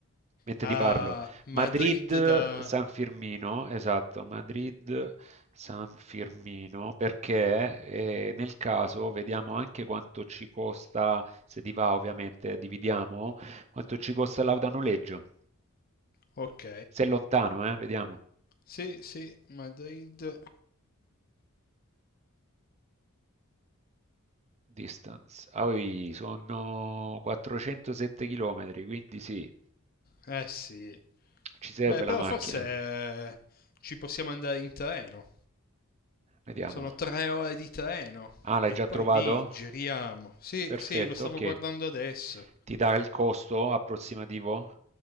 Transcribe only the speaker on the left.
a
Madrid
da...
ok,
sì, sì, Madrid,
eh sì,
beh però
forse eh, ci possiamo andare in treno,
Sono tre ore di treno
e
poi
lì giriamo. Sì,
sì, lo stavo
guardando adesso.